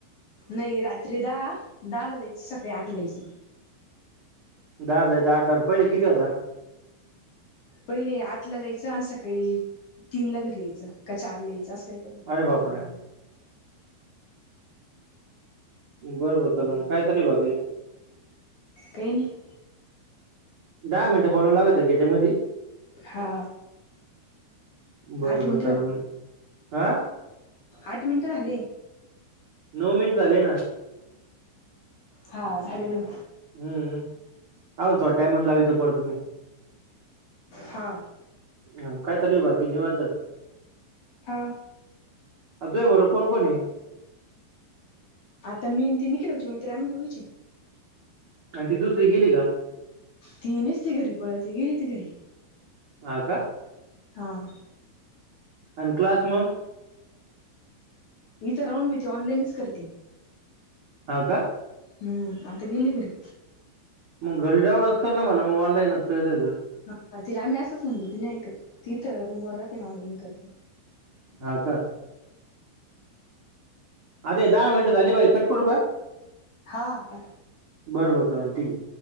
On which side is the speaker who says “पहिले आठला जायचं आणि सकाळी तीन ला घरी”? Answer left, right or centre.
Left